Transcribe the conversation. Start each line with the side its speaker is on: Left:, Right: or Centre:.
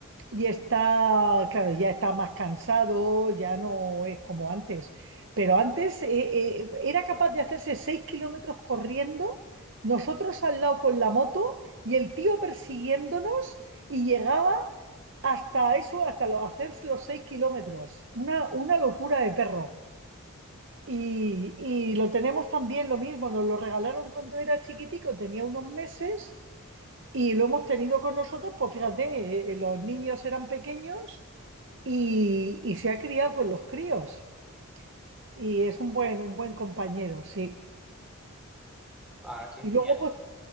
Right: y está, claro, ya está más cansado, ya no es como antes. Pero antes eh, eh, era capaz de hacerse seis kilómetros corriendo, nosotros al lado con la moto y el tío persiguiéndonos y llegaba hasta eso, hasta lo, hacerse los seis kilómetros. Una, una locura de perro. Y, y lo tenemos también lo mismo, nos lo regalaron cuando era chiquitico, tenía unos meses y lo hemos tenido con nosotros, pues fíjate, eh, eh, los niños eran pequeños y, y se ha criado con los críos y es un buen, un buen compañero, sí.
Centre: Ah, qué
Right: Y
Centre: genial.
Right: luego pues